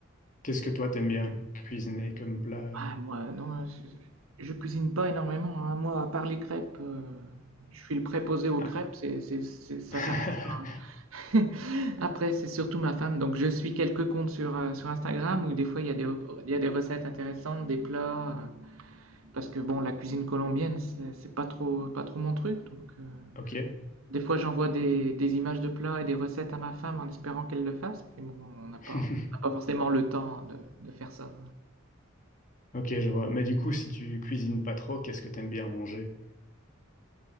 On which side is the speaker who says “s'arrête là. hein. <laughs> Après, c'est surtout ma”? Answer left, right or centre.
Right